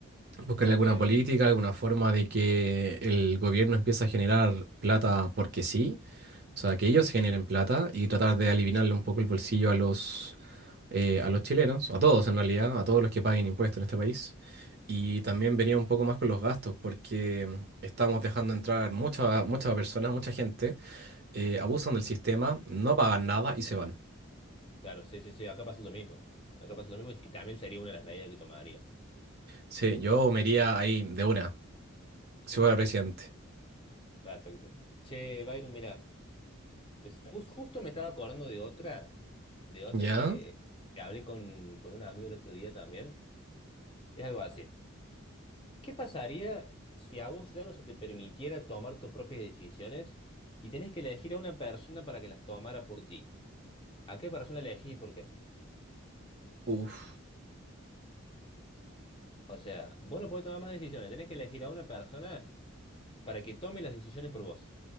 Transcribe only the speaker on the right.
Buscarle
alguna política,
alguna forma de que el gobierno empiece a generar plata porque sí, o sea, que ellos generen plata y tratar de aliviarle un poco el bolsillo a los, eh, a los chilenos, a todos en realidad, a todos los que paguen impuestos en este país. Y también vería un poco más con los gastos, porque estamos dejando entrar muchas muchas personas, mucha gente, eh, abusan del sistema, no pagan nada y se van.
Sí, yo me iría ahí de una, si fuera presidente.
¿Ya?
Uf.